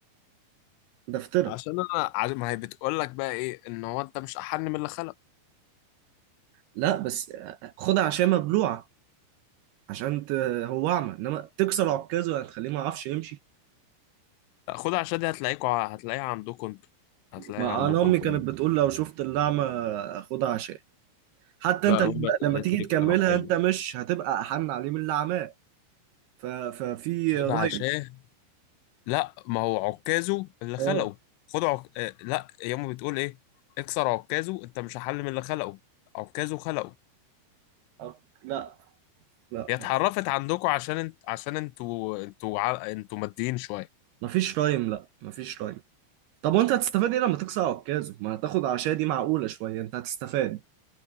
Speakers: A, on the right; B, on the left.
A: ده فطرة
B: عشان انا ع- ما هي بتقول لك بقى ايه ان هو انت مش احن من اللي خلق
A: لا بس خدها عشان مبلوعه عشان ت... هو اعمى انما تكسر عكازه هتخليه ما يعرفش يمشي
B: خدها عشان دي هتلاقيكوا ع- هتلاقيها عندكم انتوا هتلاقيها
A: ما
B: عندكم
A: انا امي
B: انتوا
A: كانت
B: يعني
A: بتقول لو شفت الاعمى خدها عشان حتى
B: لا
A: انت لما,
B: هم اللي
A: لما تيجي
B: هتلاقيك
A: تكملها
B: في عكازو
A: انت مش هتبقى احن عليه من اللي عماه ف... ففي
B: خدها
A: رايم
B: عشان لا ما هو عكازو اللي خلقه
A: اه
B: خد عك... آه، لا ياما بتقول ايه اكسر عكازو انت مش هحل من اللي خلقه عكازو خلقه
A: آه، لا لا
B: هي اتحرفت عندكم عشان انت... عشان انتوا انتوا ع... انتوا ماديين شويه
A: مفيش رايم لا مفيش رايم طب وانت هتستفاد ايه لما تكسر عكازه ما هتاخد عشاء دي معقوله شويه انت هتستفاد